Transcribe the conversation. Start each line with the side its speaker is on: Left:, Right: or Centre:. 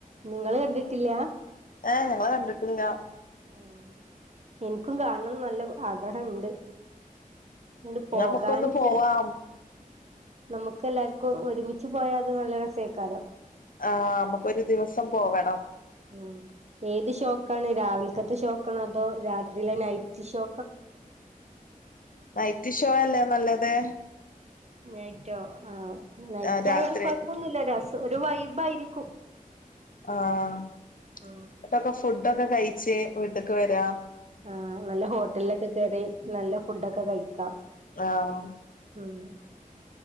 Right: നിങ്ങള് കണ്ടിട്ടില്ല?
Left: ഹ് ഞങ്ങള് കണ്ടിട്ടില്ല.
Right: ആ എനിക്കും കാണണം നല്ല ആഗ്രഹം ഉണ്ട്. ഇങ്ങട് പോകാൻ
Left: ഞമ്മുക്കൊന്ന് പോവാം
Right: ചെ നമുക്ക് എല്ലാർക്കും ഒരുമിച്ച് പോയാ അത് നല്ല രസേയ്ക്കാരം
Left: ആ നമുക്ക് ഒരു ദിവസം പോവണം.
Right: ഉം ഏത് ഷോയ്ക്കാണ് രാവിലത്തെ ഷോക്കാണോ അതോ രാത്രിയിലെ നൈറ്റ് ഷോ
Left: നൈറ്റ് ഷോ അല്ലേ നല്ലത്
Right: നൈറ്റോ ആ നൈറ്റ്
Left: ആഹ് രാത്രി
Right: ആയാൽ കൊഴപ്പൊന്നു ഇല്ല രസം ഒരു വൈബായിരിക്കും
Left: ആഹ്
Right: ഉം
Left: എന്നിട്ടൊക്കെ ഫുഡൊക്കെ കഴിച്ച് വീട്ടക്ക് വരാം
Right: ആ നല്ല ഹോട്ടലൊക്കെ കേറി നല്ല ഫുഡൊക്കെ കഴിക്കാം
Left: ആഹ്
Right: ഉം